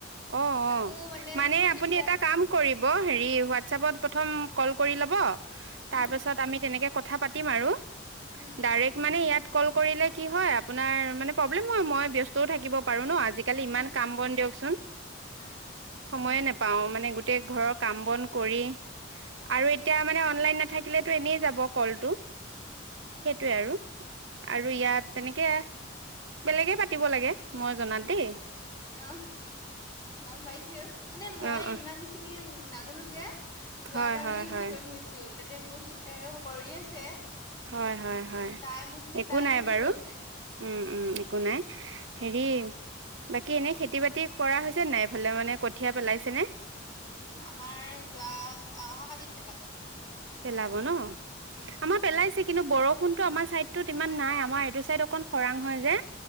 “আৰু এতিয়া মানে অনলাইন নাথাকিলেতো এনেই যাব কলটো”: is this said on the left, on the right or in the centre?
Right